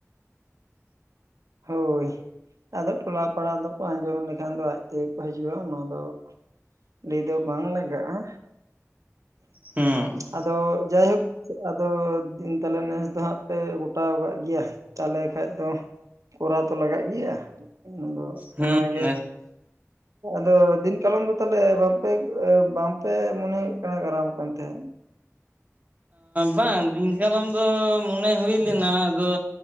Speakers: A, on the right; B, on the right.
A: ᱦᱳᱭ ᱟᱫᱚ ᱴᱚᱞᱟ ᱯᱟᱲᱟ ᱫᱚᱠᱚ ᱟᱸᱡᱚᱢ ᱞᱮᱠᱷᱟᱱ ᱫᱚ ᱟᱡ ᱛᱮᱜᱮ ᱠᱚ ᱦᱤᱡᱩᱜ-ᱟ ᱚᱱᱟ ᱫᱚ ᱞᱟᱹᱭ ᱫᱚ ᱵᱟᱝ ᱞᱟᱜᱟᱜ-ᱟ
B: ᱦᱮᱸ
A: ᱟᱫᱚ ᱡᱟᱭᱦᱳᱠ ᱟᱫᱚ ᱛᱟᱦᱚᱞᱮ ᱱᱮᱥ ᱫᱚ ᱦᱟᱸᱜ ᱯᱮ ᱜᱚᱴᱟᱣ ᱠᱟᱜ ᱜᱮᱭᱟ ᱛᱟᱦᱞᱮ ᱠᱷᱟᱡ ᱫᱚ ᱠᱚᱨᱟᱣ ᱛᱚ ᱞᱟᱜᱟ ᱜᱮᱭᱟ ᱟᱫᱚ
B: ᱦᱮᱸ
A: ᱚᱱᱟᱜᱮ ᱟᱫᱚ ᱫᱤᱱ ᱠᱟᱞᱚᱢ ᱫᱚ ᱛᱟᱦᱞᱮ ᱵᱟᱝᱯᱮ ᱵᱟᱝᱯᱮ ᱢᱚᱱᱮ ᱦᱩᱭᱩᱜ ᱠᱟᱱᱟ ᱜᱟᱨᱟᱢ ᱠᱟᱱ ᱛᱟᱦᱮᱫ
B: ᱵᱟᱝ ᱫᱤᱱᱠᱟᱞᱚᱢ ᱫᱚ ᱢᱚᱱᱮ ᱦᱩᱭ ᱞᱮᱱᱟ ᱟᱫᱚ